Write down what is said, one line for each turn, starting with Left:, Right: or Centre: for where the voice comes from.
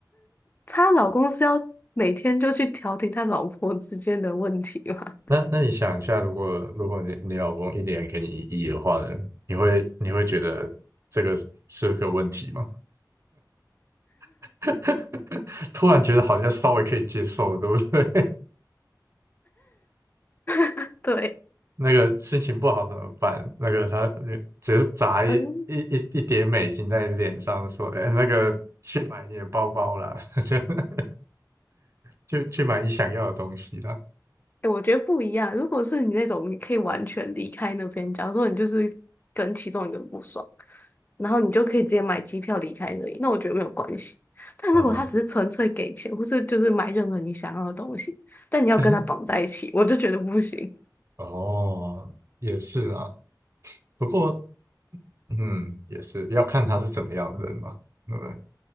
Left: 她老公是要每天就去调停他老婆之间的问题嘛？
Right: 那那你想一下，如果如果你你老公一年给你一亿的话呢，你会你会觉得这个是是个问题吗？<laughs> 突然觉得好像稍微可以接受了，对不对？
Left: <laughs> 对。
Right: <laughs> 那个心情不好怎么办？那个他呃只是砸一一一一叠美金在你脸上，
Left: 嗯。
Right: 说：“哎，那个去买你的包包啦，<laughs> 就去买你想要的东西啦。”
Left: 哎，我觉得不一样。如果是你那种，你可以完全离开那边，假如说你就是跟其中一个人不爽，然后你就可以直接买机票离开那里，那我觉得没有关系。但如果他只是纯粹给钱，
Right: 哦
Left: 或是就是买任何你想要的东西，但你要跟他绑在一起，
Right: <laughs>
Left: 我就觉得不行。
Right: 哦，也是啊。不过嗯，也是要看他是怎么样的人嘛。对不对，